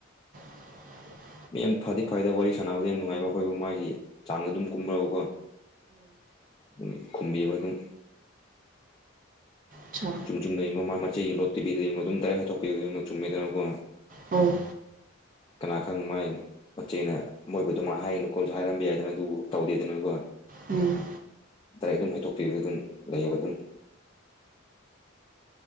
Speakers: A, on the right (about 40°); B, on the left (about 25°).
A: <inaudible>
B: ꯃꯤ ꯌꯥꯝ ꯐꯗꯤ ꯐꯩꯗ ꯋꯥꯔꯤ ꯁꯥꯟꯅꯕꯗ ꯌꯥꯝ ꯅꯨꯡꯉꯥꯏꯕ ꯑꯩꯈꯣꯏꯕꯨ ꯃꯥꯒꯤ ꯆꯥꯡꯗꯣ ꯑꯗꯨꯝ ꯀꯨꯝꯔꯒꯀꯣ ꯎꯝ ꯈꯨꯝꯕꯤꯕ ꯑꯗꯨꯝ
A: ꯆꯥ
B: ꯆꯨꯝ ꯆꯨꯝꯗ ꯌꯦꯡꯉꯣ ꯃꯥꯒꯤ ꯃꯆꯩꯒꯤ ꯂꯣꯠꯇꯕꯤꯗ ꯌꯦꯡꯉꯣ ꯑꯗꯨꯝ ꯗꯥꯏꯔꯦꯛ ꯍꯥꯏꯗꯣꯛꯄꯤꯕꯗ ꯌꯦꯡꯉꯣ ꯆꯨꯝꯃꯦꯗꯅꯀꯣ
A: ꯎꯝ
B: ꯀꯅꯥꯈꯪ ꯃꯥꯏ ꯃꯆꯦꯅ ꯃꯣꯏꯕꯨꯗꯣ ꯑꯗꯨꯃꯥꯏ ꯍꯥꯏꯅꯨ ꯀꯣꯟꯁꯨ ꯍꯥꯏꯔꯝꯕ ꯌꯥꯏꯗꯅ ꯑꯗꯨꯕꯨ ꯇꯧꯗꯦꯗꯅꯀꯣ
A: ꯎꯝ
B: ꯗꯥꯏꯔꯦꯛ ꯑꯗꯨꯝ ꯍꯥꯏꯗꯣꯛꯄꯤꯕꯗ ꯑꯗꯨꯝ ꯂꯩꯌꯦꯕ ꯑꯗꯨꯝ